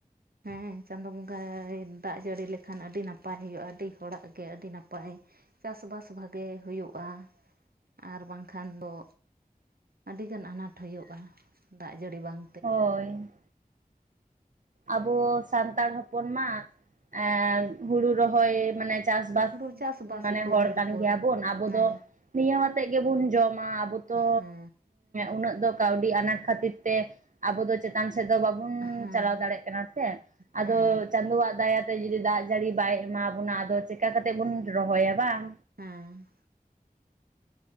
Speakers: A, on the right; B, on the right.
A: ᱦᱮᱸ ᱪᱟᱸᱫᱳ ᱵᱚᱸᱜᱟᱭ ᱫᱟᱜ ᱡᱟᱹᱲᱤ ᱞᱮᱠᱷᱟᱱ ᱟᱹᱰᱤ ᱱᱟᱯᱟᱭ ᱦᱩᱭᱩᱜᱼᱟ ᱟᱹᱰᱤ ᱦᱚᱲᱟᱜ ᱜᱮ ᱟᱹᱰᱤ ᱱᱟᱯᱟᱭ, ᱪᱟᱥᱵᱟᱥ ᱵᱷᱟᱜᱮ ᱦᱩᱭᱩᱜᱼᱟ ᱟᱨ ᱵᱟᱝᱠᱷᱟᱱ ᱫᱚ ᱟᱹᱰᱤᱜᱟᱱ ᱟᱱᱟᱴ ᱦᱩᱭᱩᱜᱼᱟ ᱫᱟᱜ ᱡᱟᱹᱲᱤ ᱵᱟᱝ
B: ᱦᱳᱭ, ᱟᱵᱚ ᱥᱟᱱᱛᱟᱲ ᱦᱚᱯᱚᱱ ᱢᱟ ᱮᱸ ᱦᱩᱲᱩ ᱨᱚᱦᱚᱭ ᱢᱟᱱᱮ ᱪᱟᱥᱵᱟᱥ
A: ᱦᱩᱲᱩ ᱪᱟᱥᱵᱟᱥ
B: ᱢᱟᱱᱮ
A: ᱩᱯᱚᱨ
B: ᱦᱚᱲ
A: ᱱᱤᱨᱵᱷᱚᱨ
B: ᱠᱟᱱ ᱜᱮᱭᱟᱵᱚᱱ ᱟᱵᱚ
A: ᱦᱮᱸ
B: ᱫᱚ ᱱᱤᱭᱟᱹ ᱦᱚᱛᱮᱜ ᱜᱮᱵᱚᱱ ᱡᱚᱢᱟ ᱟᱵᱚ ᱛᱚ
A: ᱦᱮᱸ
B: ᱩᱱᱟᱹᱜ ᱫᱚ ᱠᱟᱹᱣᱰᱤ ᱟᱱᱟᱴ ᱠᱷᱟᱹᱛᱤᱨ ᱛᱮ ᱟᱵᱚ ᱫᱚ ᱪᱮᱛᱟᱱ ᱥᱮᱫ ᱫᱚ ᱵᱟᱵᱚᱱ
A: ᱦᱮᱸ
B: ᱪᱟᱞᱟᱣ ᱫᱟᱲᱮᱜ, ᱠᱷᱮᱱᱚᱴ <unintelligible> ᱛᱮ, ᱟᱫᱚ
A: ᱦᱮᱸ ᱦᱮᱸ
B: ᱪᱟᱸᱫᱳᱣᱟᱜ ᱫᱟᱭᱟᱛᱮ ᱡᱩᱫᱤ ᱫᱟᱜ ᱡᱟᱹᱲᱤ ᱵᱟᱭ ᱮᱢᱟ ᱵᱚᱱᱟ ᱟᱫᱚ ᱪᱤᱠᱟᱹ ᱠᱟᱛᱮᱜ ᱵᱚᱱ ᱨᱚᱦᱚᱭᱟ ᱵᱟᱝ
A: ᱦᱮᱸ